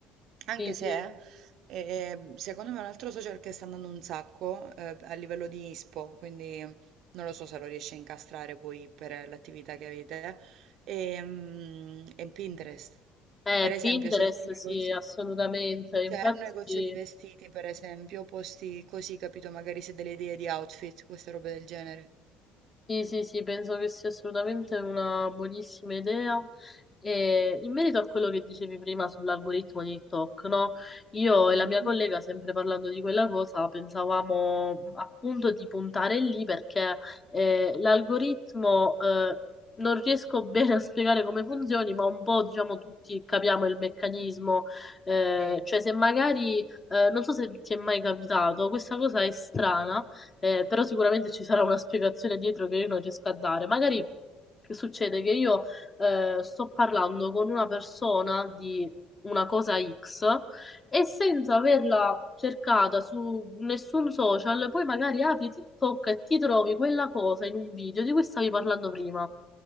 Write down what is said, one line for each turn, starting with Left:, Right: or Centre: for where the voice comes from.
Right: Anche
Left: Sì, sì.
Right: se, eh, secondo me, un altro social che sta andando un sacco, eh, a livello di ISPO, quindi non lo so se lo riesci a incastrare poi per l'attività che avete, è, mm, è Pinterest.
Left: Eh,
Right: Per esempio,
Left: Pinterest,
Right: se hai un
Left: sì,
Right: negozio,
Left: assolutamente. Infatti,
Right: se hai un negozio di vestiti, per esempio, posti così, capito? Magari se hai delle idee di outfit, queste robe del genere.
Left: Sì, sì, sì, penso che sia assolutamente una buonissima idea. E in merito a quello che dicevi prima sull'algoritmo di TikTok, no? Io e
Right: Mhm,
Left: la mia collega, sempre parlando di quella cosa, pensavamo appunto di puntare lì perché eh, l'algoritmo eh, non riesco <laughs> bene a spiegare come funzioni, ma un po' diciamo tutti capiamo il meccanismo. Eh,
Right: Sì,
Left: cioè, se magari, eh, non so se ti è mai capitato, questa cosa è strana eh, però sicuramente ci sarà una spiegazione dietro che io non riesco a dare. Magari che succede che io eh, sto parlando con una persona di una cosa X e senza averla cercata su nessun social, poi magari apri TikTok e ti trovi quella cosa in un video di cui stavi parlando prima.